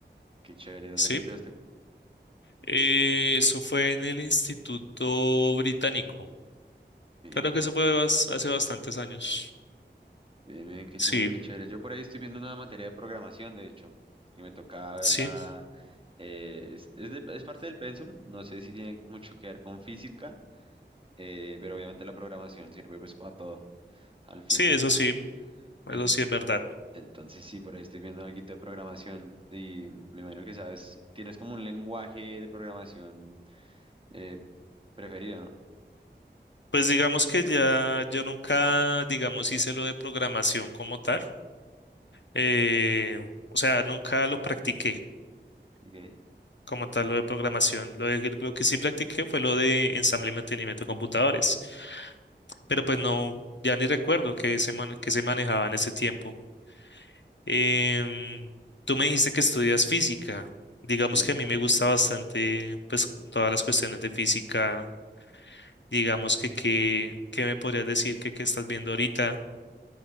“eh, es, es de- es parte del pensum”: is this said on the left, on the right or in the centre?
Right